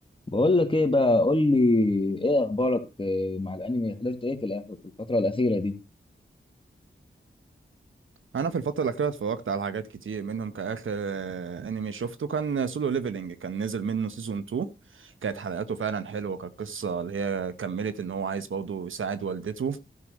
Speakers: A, on the left; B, on the right.
A: بقول لك ايه بقى قول لي ايه اخبارك إيه مع الانمي حضرت ايه في الأخ- في الفتره الاخيره دي
B: انا في الفتره الاخيره اتفرجت على حاجات كتير منهم كاخر آه، انمي شفته كان سولو ليفلنج كان نزل منه سيزون 2 كانت حلقاته فعلا حلوه كانت قصه اللي هي كملت ان هو عايز برضه يساعد والدته